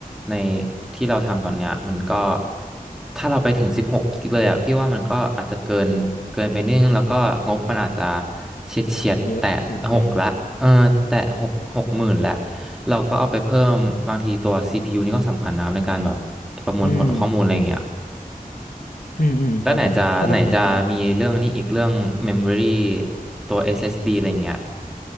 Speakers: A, in the centre; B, on the left (about 65°).
A: ในที่เราทำตอนเนี้ยมันก็ถ้าเราไปถึงสิบหกกิกเลยอะพี่ว่ามันก็อาจจะเกินเกินไปนิดนึงแล้วก็งบมันอาจจะเฉียดเฉียดแตะหกละเออแตะหกหกหมื่นละ
B: เยอะสูงไปนะ
A: เราก็เอาไปเพิ่มบางทีตัวซีพียูนี่ก็สำคัญนะครับในการแบบประมวลผลข้อมูลอะไรอย่างเงี้ย
B: อืมอืมอืมครับผมเออผมว่า
A: แล้วไหนจะไหนจะมีเรื่องนี้อีกเรื่อง Memory ตัว SSD อสเอสดีอะไรเงี้ย